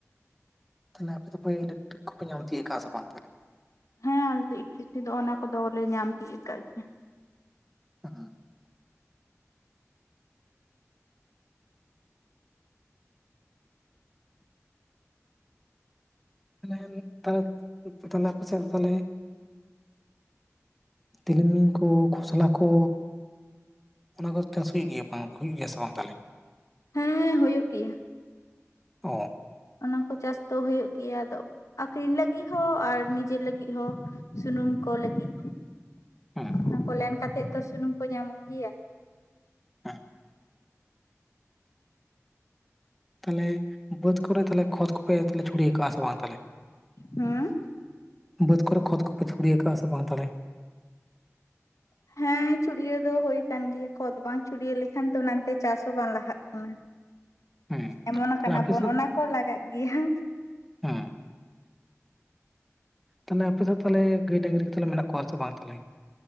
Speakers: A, in the centre; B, on the left.
A: ᱛᱟᱦᱚᱞᱮ ᱟᱯᱮ ᱫᱚ ᱯᱮ ᱤᱞᱮᱠᱴᱤᱨᱤ ᱠᱚᱯᱮ, ᱧᱟᱢ ᱛᱤᱭᱩᱜ ᱠᱟᱫᱼᱟ, ᱥᱮ ᱵᱟᱝ?
B: ᱦᱮᱸ ᱟᱞᱮ ᱫᱚ <unintelligible> ᱫᱚ ᱚᱱᱟ ᱠᱚᱫᱚ ᱞᱮ ᱧᱟᱢ ᱛᱤᱭᱟᱹᱜ ᱠᱟᱜ ᱜᱮᱭᱟ᱾
A: <inaudible> <unintelligible> ᱛᱟᱦᱟᱞᱮ, ᱟᱯᱮ ᱪᱮᱫ ᱫᱚ ᱛᱟᱦᱟᱞᱮ ᱛᱤᱞᱢᱤᱧᱸ ᱠᱚ ᱠᱽᱷᱚᱥᱞ ᱟ᱾ ᱠᱚ ᱚᱱᱟ ᱠᱚ ᱪᱟᱥ ᱦᱩᱭᱩᱜ ᱜᱮᱭ-ᱟ, ᱵᱟᱝ ᱦᱩᱭᱩᱜ ᱜᱮᱭ-ᱟ, ᱥᱮ ᱵᱟᱝ ᱛᱟᱦᱟᱞᱮ?
B: ᱦᱮᱸ ᱦᱩᱭᱩᱜ ᱜᱮᱭ-ᱟ᱾
A: ᱚ
B: ᱚᱱᱟ ᱠᱚ ᱪᱟᱥ ᱫᱚ ᱦᱩᱭᱩᱜ ᱜᱮᱭ-ᱟ᱾ ᱟᱫᱚ ᱟᱠᱷᱨᱤᱧ ᱞᱟᱹᱜᱤᱫ ᱦᱚᱸ, ᱟᱨ ᱱᱤᱡᱮᱨ ᱞᱟᱹᱜᱤᱫ ᱦᱚᱸ, ᱥᱩᱱᱩᱢ ᱠᱚ ᱞᱟᱹᱜᱤᱫ
A: ᱦᱮᱸ
B: ᱚᱱᱟ ᱠᱚ ᱞᱮᱱ ᱠᱟᱛᱮ ᱛᱚ, ᱥᱩᱱᱩᱢ ᱠᱚ ᱧᱟᱢᱚᱜ ᱜᱮᱭ-ᱟ᱾
A: ᱦᱮᱸ ᱛᱟᱞᱮ ᱵᱟᱹᱫᱽ ᱠᱚᱨᱮ ᱛᱟᱞᱮ, ᱠᱷᱚᱛ ᱠᱚᱯᱮ ᱮᱫᱞᱮ ᱪᱽᱷᱩᱲᱤᱭᱟᱹ ᱠᱟᱜᱼᱟ ᱥᱮ ᱵᱟᱝ? ᱛᱟᱦᱚᱞᱮ
B: ᱦᱳᱸ
A: ᱵᱟᱹᱫᱽ ᱠᱚᱨᱮ, ᱠᱷᱚᱛ ᱠᱚᱯᱮ ᱪᱷᱩᱲᱤᱭᱟᱹ ᱠᱟᱜᱼᱟ ᱥᱮ ᱵᱟᱝ? ᱛᱟᱦᱚᱞᱮ
B: ᱦᱮᱸ ᱪᱷᱩᱲᱤᱭᱟᱹ ᱫᱚ ᱦᱩᱭ ᱠᱟᱱ ᱜᱮᱭ-ᱟ᱾ ᱠᱷᱚᱛ ᱵᱟᱝ ᱪᱷᱩᱲᱤᱭᱟᱹ ᱞᱮᱠᱷᱟᱱ ᱛᱚ ᱚᱱᱟᱛᱮ ᱪᱟᱥ ᱦᱚᱸ ᱵᱟᱝ ᱞᱟᱦᱟ-ᱜ ᱠᱟᱱᱟ᱾
A: ᱦᱮᱸ
B: ᱮᱢᱚᱱ
A: ᱛᱟᱦᱚᱞᱮ
B: ᱠᱟᱱᱟ
A: ᱟᱯᱮ
B: ᱵᱚᱱ, ᱚᱱᱟ ᱠᱚ ᱞᱟᱜᱟᱼᱜ ᱜᱮᱭ-ᱟ᱾
A: ᱦᱳᱸ ᱛᱟᱞᱮ ᱟᱯᱮ ᱥᱮᱫ ᱛᱟᱦᱚᱞᱮ, ᱜᱟᱹᱭ ᱰᱟᱹᱜᱽᱨᱤ ᱠᱚ ᱛᱷᱟᱞᱮ ᱢᱮᱱᱟᱜ ᱠᱚᱣᱟ ᱥᱮ ᱵᱟᱝ ᱛᱟᱞᱮ?